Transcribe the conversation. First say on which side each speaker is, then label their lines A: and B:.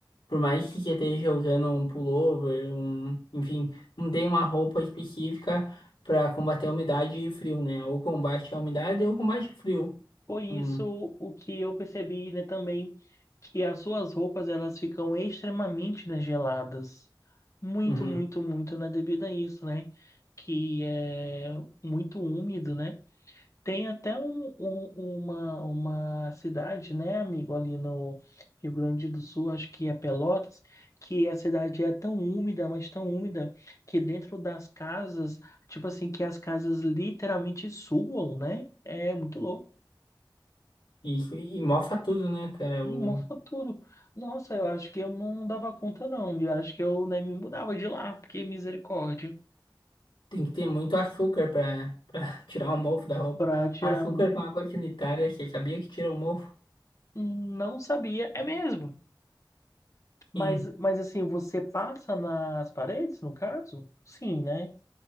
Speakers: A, on the left; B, on the left.
A: Por mais que você esteja usando um pullover, um, enfim, não tem uma roupa específica para combater a umidade e frio, né? Ou combate a umidade ou combate o frio.
B: Foi isso
A: Hum,
B: o que eu percebi, né, também, que as suas roupas elas ficam extremamente, né, geladas. Muito,
A: uhum.
B: muito, muito, né, devido a isso, né, que é muito úmido, né. Tem até um, um- uma, uma cidade, né, amigo, ali no Rio Grande do Sul, acho que é Pelotas, que a cidade é tão úmida, mas tão úmida, que dentro das casas, tipo assim, que as casas literalmente suam, né, é muito louco.
A: E, e mofa tudo, né, cara?
B: e
A: O,
B: uma tudo. Nossa, eu acho que eu não dava conta, não. Eu acho que eu nem me mudava de lá, porque misericórdia.
A: tem que ter muito açúcar pra, pra <laughs> tirar o mofo da roupa.
B: Pra tirar.
A: Açúcar
B: mu-
A: com água sanitária, você sabia que tira o mofo?
B: Não sabia, é mesmo. Mas,
A: Sim.
B: mas assim, você passa nas paredes, no caso? Sim, né?